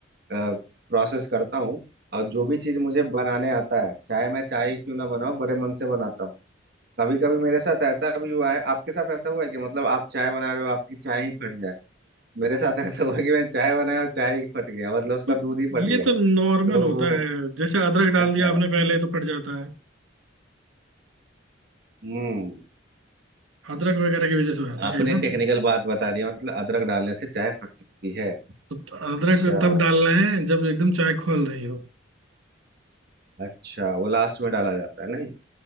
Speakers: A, on the right (about 50°); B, on the right (about 85°).
A: प्रोसेस करता हूँ और जो भी चीज मुझे बनाने आता है चाहे मैं चाय ही क्यों ना बनाऊं बड़े मन से बनाता हूँ कभी कभी मेरे साथ ऐसा भी हुआ है आपके साथ ऐसा हुआ है कि मतलब आप चाय बना रहे हो आपकी चाय ही फट जाए मेरे साथ ऐसा हुआ कि मैं चाय बनाया और चाय ही फट गया मतलब उसका
B: तो
A: दूध ही फट
B: ये
A: गया
B: तो नॉर्मल
A: तो
B: होता है जैसे अदरक डाल
A: अच्छा
B: दिया आपने पहले तो फट जाता है
A: हम्म
B: अदरक वगैरह की वजह से हो जाता
A: आपने
B: है कई बार
A: टेक्निकल बात बता दिया मतलब अदरक डालने से चाय फट सकती है
B: तो अदरक
A: अच्छा
B: तब डालना है जब एकदम चाय खोल रही हो
A: अच्छा वो लास्ट में डाला जाता है नहीं